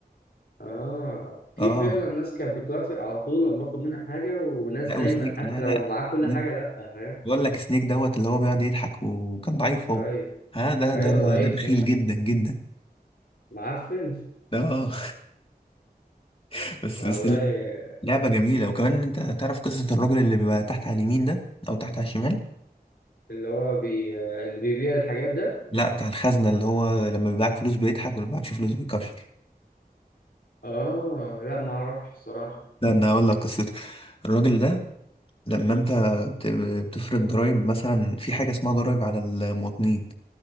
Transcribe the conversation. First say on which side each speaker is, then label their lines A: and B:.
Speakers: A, on the left; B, on the left.
A: اه في
B: اه
A: فعلا ناس كانت بتوافق على طول لما اطلب منها حاجة وناس
B: لا
A: دايما
B: وسنيك
A: حتى
B: لا
A: لو
B: لا
A: معاه كل
B: سنيك
A: حاجة لا فاهم
B: بقول لك سنيك دوت اللي هو بيقعد يضحك وكان ضعيف
A: ضعيف
B: هو ها ده
A: ايوه
B: ده ده,
A: ضعيف
B: ده بخيل جدا جدا
A: معفن
B: اه <laughs> بس
A: والله
B: بس لعبة جميلة وكمان انت تعرف قصة الراجل اللي بيبقى تحت على اليمين ده او تحت على الشمال
A: اللي هو بي... اللي بيبيع الحاجات ده
B: لا بتاع الخزنة اللي هو لما بيبعك فلوس بيضحك ولما بيبعكش فلوس بيكشر
A: اه لا ما اعرفش الصراحة
B: لا انا اقول لك قصته الراجل ده لما انت بت- بتفرض ضرائب مثلا في حاجه اسمها ضرائب على المواطنين